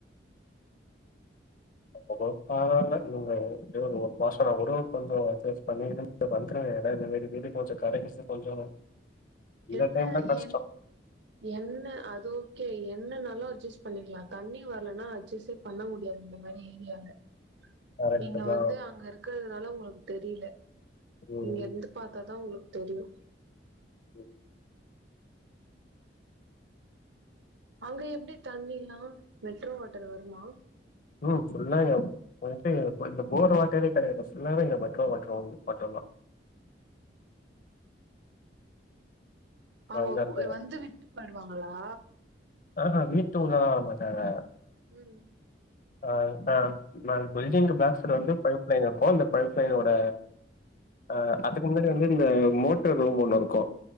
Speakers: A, on the left; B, on the right.
A: அப்பபோ தாரால்ல இந்த ஒரெ ஒரு மாசோ அவரோ கொஞ்சோ அட்ஜஸ் பண்ணி இரு இ வந்துற ஏன்னா இந்த விடு வீடு கொஞ்சோ கரைக்கிசு கொஞ்சோ இந்த
B: என்ன
A: டைம் தான் கஷ்டம்
B: என் என்ன அது ஓகே என்னனாலு அட்ஜஸ் பண்ணிக்கலா தண்ணி வரலனா அட்ஜஸே பண்ண முடியாது இந்த மாரி ஏரியால
A: கரெக்ட்டு
B: நீங்க
A: தான்
B: வந்து அங்க இருக்கிறதனால உங்ளுக்கு தெரில
A: ம்
B: இங்கர்ந்துப் பாத்தாதா உங்ளுக் தெரியு
A: ம்
B: அங்க எப்டி தண்ணில்லா மெட்ரோ வாட்டர் வருமா
A: ம் ஃபுல்லா இங்கப் வன்ட்டு இங்கப இந்த போர் வாட்டரே கெடையாது ஃபுல்லாவே இங்க மெட்ரோ வாட்ரு ஒன்னு மட்டுந்தா
B: அவுங்கோ
A: அந்தந்த
B: வந்து விட்டு போயிடுவாங்களா
A: ஆஹ வீட்டு உள்ளளா வரமாட்டாங்க
B: ம்
A: அ ஆ நாங் பில்டிங்கு பேக் சைடு வந்து பைப் லைன் இருக்கு அந்த பைப் லைனோட அ அதுக்கு முன்னாடி வந்து இந்த மோட்டர் ரூம் ஒன்னு இருக்கு